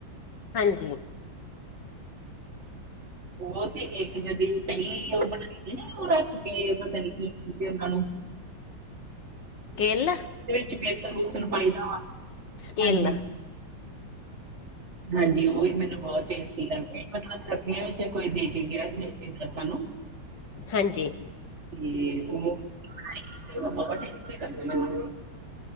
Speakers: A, on the left; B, on the right.
A: ਹਾਂਜੀ।
B: ਉਹ ਤੇ ਇੱਕ ਜੜ ਜਿਹੀ ਪਈ ਓ ਰੱਖ ਕੇ, ਪਤਾ ਨਈ ਕੀ ਕਹਿਦੇ ਉਹਨਾਂ ਨੂੰ
A: ਕੇਲਾ,
B: ਤੇ ਵਿੱਚ ਬੇਸਨ- ਬੂਸਣ ਪਾਈਦਾ,
A: ਕਿੱਲ
B: ਹਾਂਜੀ ਹਾਂਜੀ, ਉਹ ਵੀ ਮੈਨੂੰ ਬਹੁਤ ਟੇ ਮ ਕਰਦੀਆਂ ਵਿੱਚ ਕੋਈ ਦੇ ਕੇ ਗਿਆ ਰਿਸ਼ਤੇਦਾਰ ਸਾਨੂੰ <inaudible>
A: ਹਾਂਜੀ।
B: ਏ ਬਹੁਤ ਟੇਸਟੀ ਲਗਦੀ ਮੈਨੂੰ